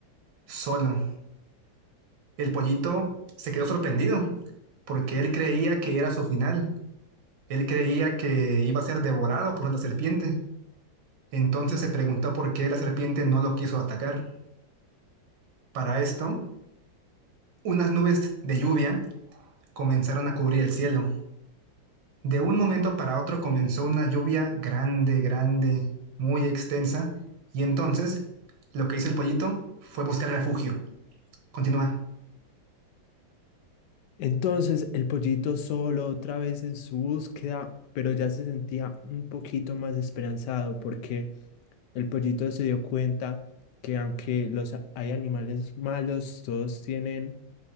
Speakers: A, on the right (about 70°); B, on the left (about 70°).
A: solo. El pollito se quedó sorprendido porque él creía que era su final. Él creía que iba a ser devorado por la serpiente. Entonces se preguntó por qué la serpiente no lo quiso atacar. Para esto, unas nubes de lluvia comenzaron a cubrir el cielo. De un momento para otro comenzó una lluvia grande, grande, muy extensa. Y entonces lo que hizo el pollito fue buscar refugio. Continúa.
B: Entonces el pollito solo otra vez en su búsqueda, pero ya se sentía un poquito más esperanzado porque el pollito se dio cuenta que aunque los a- hay animales malos, todos tienen